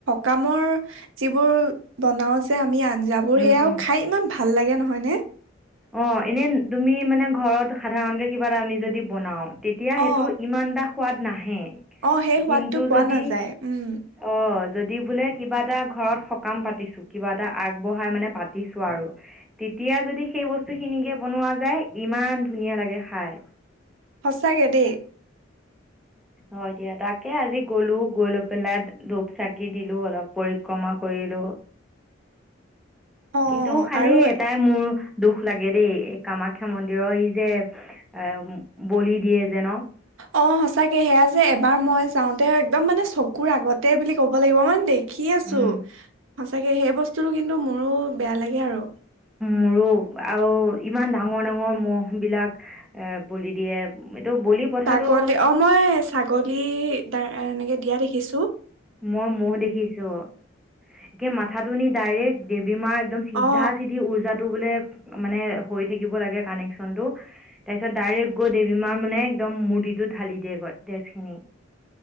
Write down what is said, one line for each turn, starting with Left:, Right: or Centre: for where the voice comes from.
Right: কামৰ যিবোৰ বনাও যে আমি আঞ্জাবোৰ
Centre: উম
Right: সেয়াও
Centre: উম
Right: খাই ইমান ভাল ভাল লাগে নহয়নে
Centre: অ এনে তুমি মানে ঘৰত সাধাৰণকে কিবা এটা আমি যদি বনাও তেতিয়া সেইটো
Right: অ
Centre: ইমান টা সোৱাদ নাহে
Right: অ সেই সোৱাদটো
Centre: কিন্তু
Right: পোৱা
Centre: যদি
Right: নাযায় উম
Centre: অ যদি বোলে কিবা এটা ঘৰত সকাম পাতিছো কিবা এটা আগবঢ়াই মানে পাতিছো আৰু এতিয়া যদি সেই বস্তু খিনিকে বনোৱা যায় ইমান ধুনীয়া লাগে খাই
Right: সঁচাকে দেই
Centre: হয় দিয়া তাকে আজি গলো গৈ লৈ পেলাই ধূপ চাকি দিলো অলপ পৰিক্ৰমা কৰিলো
Right: অ
Centre: কিন্তু খালি
Right: আৰু
Centre: এটাই মোৰ দুখ লাগে দেই এই কামাখ্যা মন্দিৰৰ ই যে, আ, বলি দিয়ে যে, ন?
Right: অ', সঁচাকে সেয়া যে, এবাৰ মই যাওঁতে একদম মানে চকুৰ আগতে বুলি ক'ব লাগিব মই দে দেখি আছো
Centre: উম
Right: সঁচাকে সেই বস্তুটো কিন্তু মোৰো বেয়া লাগে আৰু
Centre: মোৰো আউ ইমান ডাঙৰ, ডাঙৰ মহ বিলাক আ, বলি দিয়ে বলি প্ৰথাটো
Right: ছাগলী অ', মই ছাগলী তাৰ এনেকে দিয়া দেখিছোঁ
Centre: মই মহ দেখিছো, এতিয়া মাথাটো নি ডাইৰেক্ট দেৱী মাৰ একদম চিধা,
Right: অ
Centre: চিধি উৰ্জা টো বোলে মানে হৈ থাকিব লাগে কানেকচনটো তাৰপিছত ডাইৰেক্ট গৈ দেৱী মাৰ মানে একদম মূৰ্তিটো ঢালি দিয়েগৈ তেজ খিনি